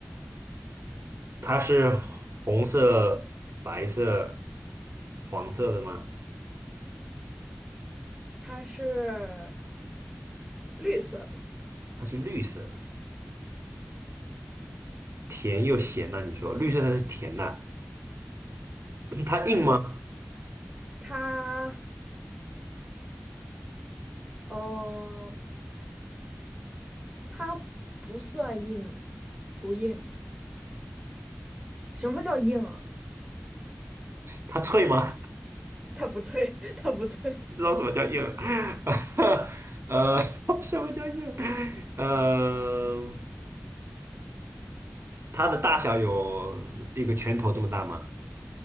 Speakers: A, on the right; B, in the centre.
A: 它是红色、白色、黄色的吗？
B: 它是绿色的，
A: 它是绿色的，甜又咸呐、你说绿色的是甜呐、<clears throat> 它硬吗？
B: 对，它，呃。它不算硬，不硬。什么叫硬啊？
A: 它脆吗？<laughs>
B: <laughs> 它不脆，<laughs> 它不脆。
A: 不知道什么叫硬，<laughs> 呃，<laughs> 什么叫硬？呃，它的大小有一个拳头这么大吗？